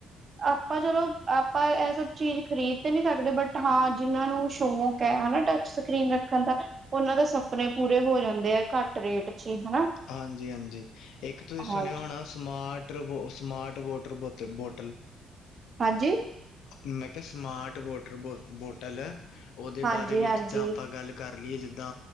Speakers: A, on the right (about 45°); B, on the left (about 75°).
A: ਆਪਾਂ ਚਲੋ ਆਪਾਂ ਇਹ ਸਭ ਚੀਜ਼ ਖ਼ਰੀਦ ਤੇ ਨਹੀਂ ਸਕਦੇ, ਬਟ ਹਾਂ ਜਿਹਨਾਂ ਨੂੰ ਸ਼ੋ ਹਨਾ ਟੱਚ ਸਕਰੀਨ ਰੱਖਣ ਦਾ, ਉਹਨਾਂ ਦੇ ਸਪਨੇ ਪੂਰੇ ਹੋ ਜਾਂਦੇ ਹੈ ਘੱਟ ਰੇਟ ਚ ਹਨਾ।
B: ਹਾਂਜੀ- ਹਾਂਜੀ ਇੱਕ ਤੁਸੀਂ
A: ਹਾਂਜੀ।
B: ਸੁਣਿਆ ਹੋਣਾ ਸਮਾਰਟਰ ਵ ਓ ਸਮਾਰਟ ਵੋਟਰ ਬੋਤਲ ਬੋਟਲ।
A: ਹਾਂਜੀ!
B: ਮੈਂ ਕਿਹਾ ਸਮਾਰਟ ਵਾਟਰ ਬੋ ਬੋਟਲ, ਓਦੇ
A: ਹਾਂਜੀ,
B: ਬਾਰੇ ਵੀ
A: ਹਾਂਜੀ,
B: ਜਿੱਦਾਂ ਆਪਾਂ ਗੱਲ ਕਰ ਲਈਏ ਜਿੱਦਾਂ